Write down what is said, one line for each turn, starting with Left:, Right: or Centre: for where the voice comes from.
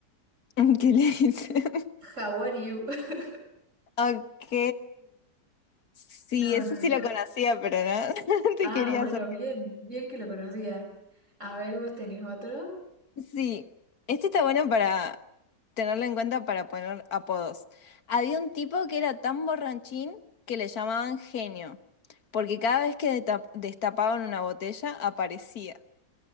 Left: <laughs> ¿qué le dicen? <laughs>
Right: How are you? <laughs>
Left: Ok, sí,
Right: No,
Left: ese
Right: no,
Left: sí
Right: no.
Left: lo conocía, pero no, <laughs> te
Right: Ah,
Left: quería
Right: bueno,
Left: hacer
Right: bien, bien que lo conocía. A ver, ¿vos tenés otro?
Left: Sí, este está bueno para tenerlo en cuenta para poner apodos. Había un tipo que era tan borrachín que le llamaban genio, porque cada vez que deta- destapaban una botella aparecía.